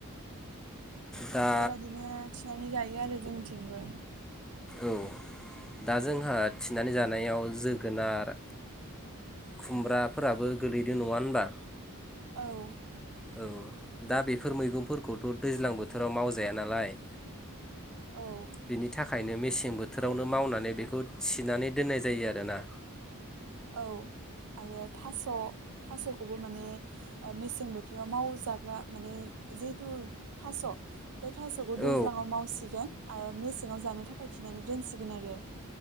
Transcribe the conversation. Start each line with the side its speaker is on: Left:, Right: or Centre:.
Centre: दा
Right: बेबायदिनो नि जायो आरो जोंनिथिंबो।
Centre: औ दा जोंहा थिनानै जानायाव जोगोनार खुमब्राफोराबो गोलैदों नङा होनबा?
Right: औ।
Centre: औ दा बेफोर मैगंफोरखौथ दैज्लां बोथोराव मावजाया नालाय।
Right: औ।
Centre: बिनि थाखायनो मेसें बोथोरावनो मावनानै बेखौ थिनानै दोननाय जायो आरोना।
Right: औ आरो थास' थासखौबो माने ओ मेसें बोथोराव माव जाग्रा माने जिहेतु थास बे थासखौ
Centre: औ
Right: दैज्लाङाव मावसिगोन आरो मेसेङाव जानो थाखाय थिनानै दोनसिगोन आरो।